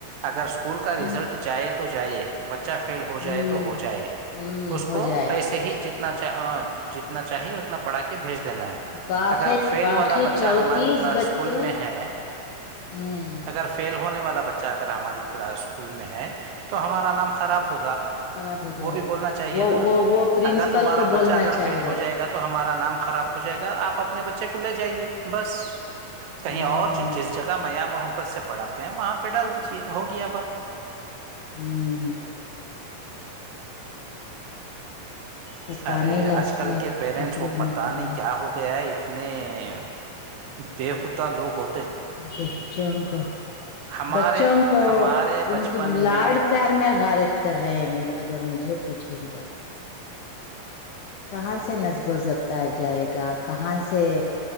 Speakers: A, on the right (about 80°); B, on the left (about 75°).
A: اگر اسکول کا
B: ہوں
A: ریزلٹ جائے تو جائے بچہ فیل ہو
B: ہوں
A: جائے تو ہو جائے اس
B: ہو
A: کو
B: جائے
A: ایسے ہی جت چ جتنا چاہیے اتنا پڑھا کے بھیج دینا ہے
B: باق
A: اگر فیل
B: باقی
A: والا بچہ
B: چونتیس
A: ہماری کلاس
B: بچے
A: اسکول میں ہے
B: ہوں
A: اگر پھر فیل ہونے والا بچہ اگر ہماری کلاس اسکول میں ہے تو ہمارا نام خراب ہوگا
B: خراب ہو جائے
A: وہ بھی بولنا
B: گا
A: چاہیے
B: وہ
A: نا
B: وہ وہ پرنسپل
A: اگر تمہارا
B: کو
A: بچہ
B: بولنا
A: اگر
B: چاہیے
A: فیل ہو جائے
B: تھا
A: گا تو ہمارا نام خراب جائے گا آپ اپنے بچے کو لے جائیے بس کہیں
B: ہوں
A: اور جس جگہ معیاں محبت سے پڑھاتے ہیں وہاں پہ ڈال دیجیے ہو گیا بات
B: ہوں پتا
A: ارے
B: نہیں لاسٹ
A: آج کل
B: میں
A: کے پیرنٹس
B: آخری
A: کو
B: میں
A: پتہ نہیں
B: ہوا۔
A: کیا ہو گیا ہے نہیں دیوتا دو ہو
B: بچوں کو
A: ہمارے
B: بچوں کو
A: ہمارے
B: ان
A: بچپن
B: کی لاڈ
A: میں
B: پیار میں غارت کر رہے ہیں اگر مجھے پوچھیں تو کہاں سے نصب و ضبط آ جائے گا کہاں سے